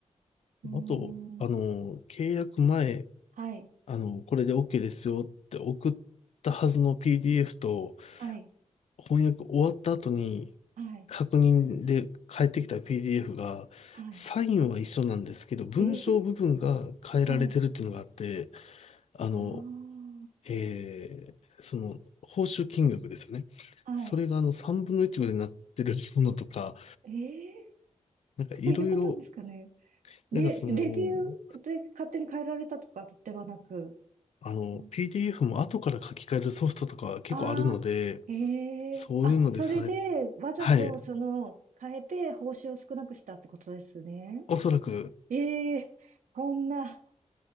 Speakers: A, on the right (about 80°); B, on the left (about 55°).
A: うーん、
B: あと、あの、契約前、
A: はい、
B: あの、これで OK ですよって送ったはずの PDF と、
A: はい、
B: 翻訳終わった後に、
A: はい、
B: 確認で返ってきた PDF が、
A: はい。
B: サインは一緒なんですけど、文章部分が変えられてるっていうのがあって、
A: えー、はい、
B: あの、
A: あ
B: えーその、報酬金額ですよね。
A: あ、はい。
B: それがあの、3分の1ぐらいになってるものとか、
A: ええ
B: なんかいろいろ、
A: ー、どういうことですかね。で、
B: なんかその、
A: レビューで勝手に変えられたとかではなく。
B: あの、
A: うん
B: PDF も後から書き換えるソフトとか結構あるので、
A: ああ、へえ。
B: そういうのでされ、
A: あ、それで、わざと、
B: はい、
A: その、変えて、報酬を少なくしたってことですね。
B: おそらく、
A: ええ、こんな、